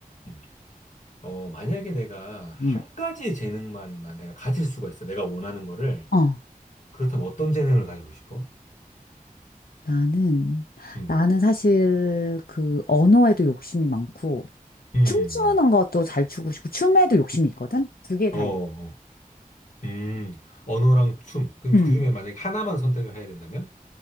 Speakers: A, on the left (about 55°); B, on the left (about 85°).
A: 음. 어, 만약에 내가 한
B: 응.
A: 가지 재능만 내가 가질 수가 있어. 내가 원하는 거를.
B: 어,
A: 그렇다면 어떤 재능을 가지고 싶어?
B: 나는,
A: 음,
B: 나는 사실 그 언어에도 욕심이 많고,
A: 음, 음.
B: 춤추는 것도 잘 추고 싶고, 춤에도 욕심이 있거든? 두 개 다.
A: 어, 어.
B: 있-
A: 음, 언어랑 춤. 그럼
B: 응.
A: 그중에 만약에 하나만 선택을 해야 된다면?